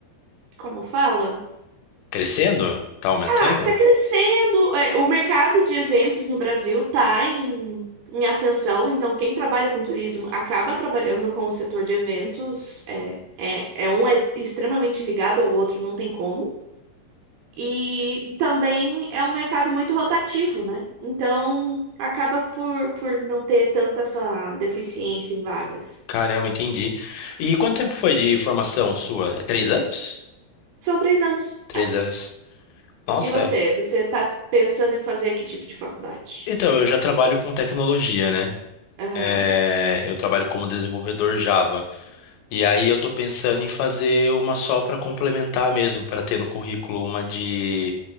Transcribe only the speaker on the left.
crescendo, tá aumentando?
Caramba, entendi. E quanto tempo foi de formação sua? É Três anos?
Três
anos. Nossa.
Então, eu já trabalho com tecnologia, né?
É, eu trabalho como desenvolvedor Java. E aí eu tô pensando em fazer uma só para complementar mesmo, para ter no currículo uma de,